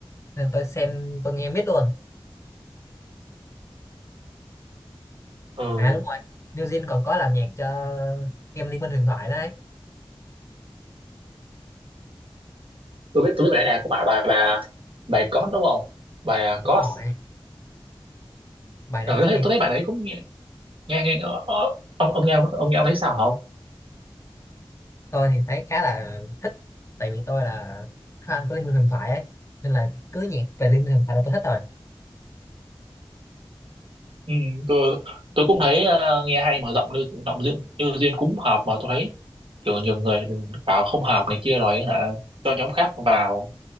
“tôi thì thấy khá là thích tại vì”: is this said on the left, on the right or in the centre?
Left